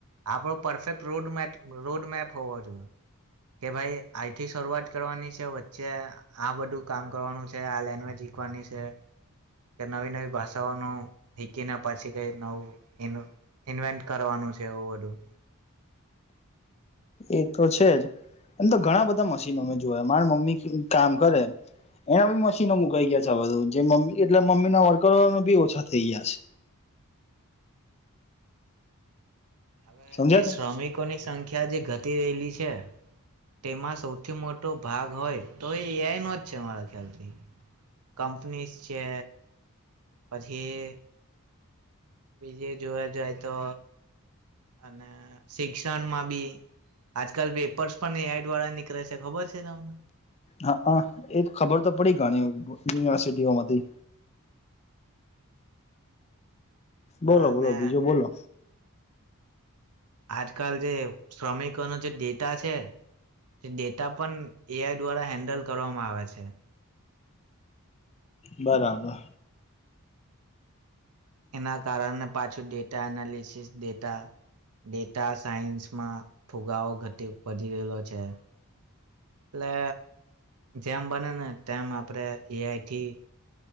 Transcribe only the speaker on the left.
એ તો છે જ એમ તો ઘણા બધા મશીનો મે જોયા મારા મમ્મી કામ કરે એના બી મશીનો મુકાઈ ગયા છે બધું જે મમ્મી એટલે મમ્મી ના વર્કરો બી ઓછા થઈ ગયા છે
સમજ્યા
તમે
હા હા એ ખબર તો પડી ગણી યુનિવર્સિટીઓમાંથી બોલો
બોલો બીજું બોલો
બરાબર